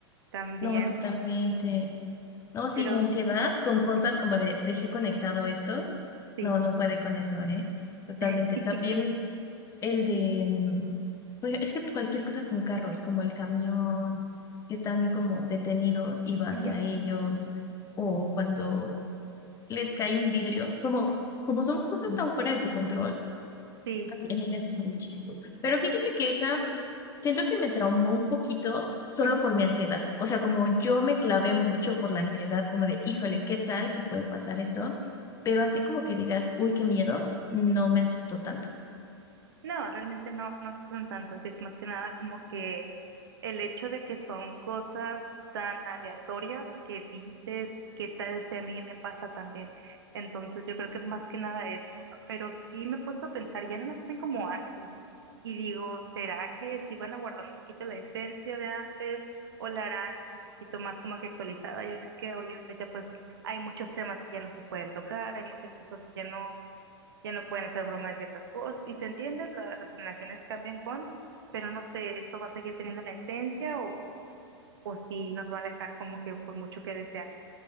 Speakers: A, on the right (about 55°); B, on the left (about 20°).
A: también.
B: no, totalmente. No, sí,
A: Pero
B: mi ansiedad
A: sí.
B: con cosas
A: Ujú,
B: como de dejé conectado esto.
A: Sí.
B: No, no puede con eso, ¿eh? Totalmente.
A: <laughs>
B: También el de... mm, por ej- Es que cualquier cosa con carros, como el camión, que están como detenidos y va
A: Ujú,
B: hacia ellos, o cuando les cae un vidrio, como, como son cosas tan fuera de tu control
A: Sí.
B: a mí me asustó muchísimo. Pero fíjate que esa, siento que me traumó un poquito solo
A: Ujú,
B: por mi ansiedad. O sea, como yo me clavé mucho por la ansiedad, como de, híjole, ¿qué tal si puede pasar esto? Pero así como que digas, uy, qué miedo, no me asustó tanto.
A: No, realmente no, no son tantas. Es más que nada como que el hecho de que son cosas tan aleatorias que dices, ¿qué tal si a mí me pasa también? Entonces yo creo que es más que nada eso. Pero sí me he puesto a pensar, ya no las hacen como antes. Y digo, ¿será que sí van a guardar un poquito la esencia de antes o la harán un poquito más como que actualizada? Ya ves que hoy en fecha pues hay muchos temas que ya no se pueden tocar, hay muchas cosas que ya no ya no pueden hacer broma de ciertas cosas. Y se entiende, la- las generaciones cambian con, pero no sé, ¿esto va a seguir teniendo la esencia o, o si nos va a dejar como que con mucho que desear?